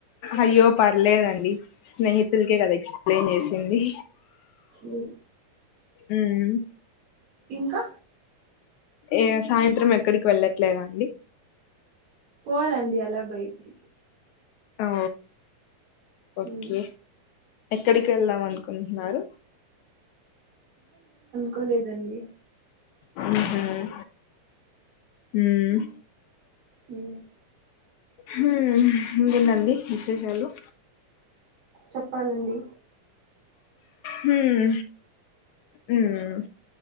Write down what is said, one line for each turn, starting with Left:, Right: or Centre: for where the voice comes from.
Left: అయ్యో పర్లేదండి స్నేహితులకే కదా ఎక్స్ప్లెయిన్ చేసింది
Right: ఉమ్,
Left: ఉమ్
Right: ఇంకా
Left: ఏ సాయంత్రం ఎక్కడికి వెళ్ళట్లేదా అండి
Right: పోవాలండి అలా బయటికి
Left: ఓ ఓకే
Right: ఉమ్,
Left: ఎక్కడికి వెళ్దాం అనుకుంటున్నారు
Right: కొలేదండి
Left: ఊమ్ ఊమ్ హుమ్
Right: ఉమ్,
Left: ఉహ్ ఇంతేనండి విశేషాలు
Right: చెప్పాలండి
Left: హ్మ్ ఉమ్